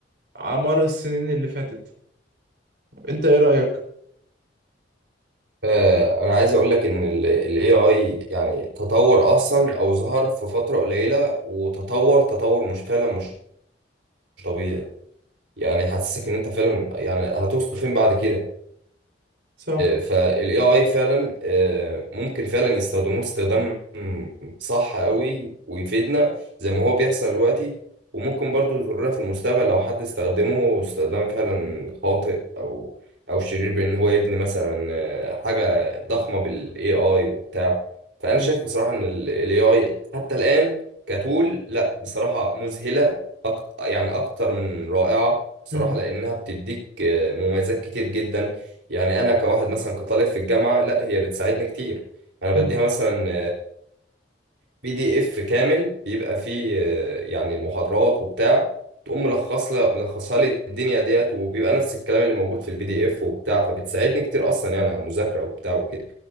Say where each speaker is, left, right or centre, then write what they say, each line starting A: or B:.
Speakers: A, on the right (about 60°); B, on the right (about 80°).
A: على مر السنين اللي فاتت انت ايه رأيك
B: آه، انا عايز اقول لك ان ال AI يعني تطور اصلا او ظهر في فترة قليلة وتطور تطور مش فعلا مش مش طبيعي يعني حاسسك ان انت فعلا يعني هتوصل فين بعد كده
A: صح
B: فالاي اي فعلا آه، ممكن فعلا يستخدموه استخدام صح قوي ويفيدنا زي ما هو بيحصل دلوقتي وممكن برضو يضرنا في المستقبل لو حد استخدمه استخدام فعلا خاطئ او او شرير بان هو يبني مثلا آه، حاجة ضخمة بالاي اي وبتاع فانا
A: مم.
B: شايف بصراحة ان الاي اي حتى الان كتول لا بصراحة مذهلة أكتر يعني اكتر من رائعة بصراحة
A: مم.
B: لانها بتديك آه، مميزات كتير جدا يعني انا كواحد مثلا كطالب في الجامعه لا هي بتساعدني كتير انا بديها
A: مم.
B: مثلا بي دي اف كامل بيبقى فيه آه، يعني محاضرات وبتاع تقوم ملخص لي ملخصها لي الدنيا ديت وبيبقى نفس الكلام اللي موجود في البي دي اف وبتاع فبتساعدني كتير اصلا يعني على المذاكره وبتاع وكده